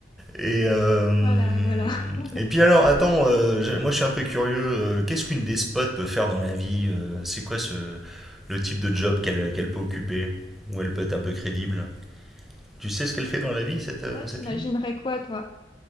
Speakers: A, in the centre; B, on the left (about 25°).
A: Et, euh,
B: Voilà, voilà. <laughs>
A: et puis alors, attends, euh, j'ai- moi je suis un peu curieux. euh, Qu'est-ce qu'une despote peut faire dans la vie? euh, C'est quoi ce, le type de job qu'elle qu'elle peut occuper? Où elle peut être un peu crédible? Tu sais ce qu'elle fait dans la vie, cette,
B: Je
A: euh,
B: sais pas,
A: cette
B: t'imaginerais
A: fille?
B: quoi, toi?